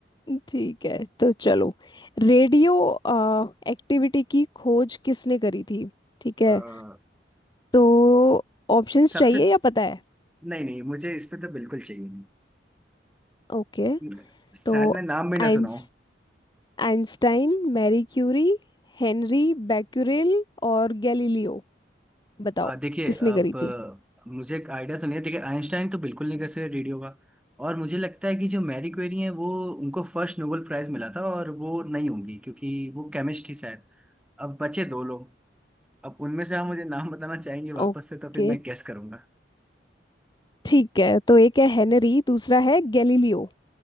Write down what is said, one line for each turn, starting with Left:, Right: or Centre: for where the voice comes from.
Left: ठीक है तो चलो रेडियो एक्टिविटी की खोज किसने करी थी ठीक है
Centre: आह,
Left: तो ऑप्शंस
Centre: सबसे
Left: चाहिए या पता है
Centre: नहीं नहीं मुझे इसमें तो बिल्कुल चाहिए
Left: ओके
Centre: नहीं शायद
Left: तो
Centre: मैं नाम भी ना
Left: आइंस
Centre: सुनाऊं
Left: Einstein Marie Curie Henri Becquerel और गैलीलियो बताओ
Centre: आ, देखिए
Left: किसने
Centre: अब
Left: करी थी
Centre: आ, मुझे एक आइडिया तो नहीं है देखिए आइंस्टाइन तो बिल्कुल नहीं कर सकते रेडियो का और मुझे लगता है कि जो मैरी क्वेरी है वो उनको फर्स्ट नोबेल प्राइज मिला था और वो नहीं होंगी क्योंकि वो केमिस्ट थी शायद अब बचे दो लोग अब उनमें से आप मुझे नाम बताना चाहेंगे वापस
Left: ओके
Centre: से तो फिर मैं गेस करूंगा
Left: ठीक है तो एक है हेनरी दूसरा है गैलीलियो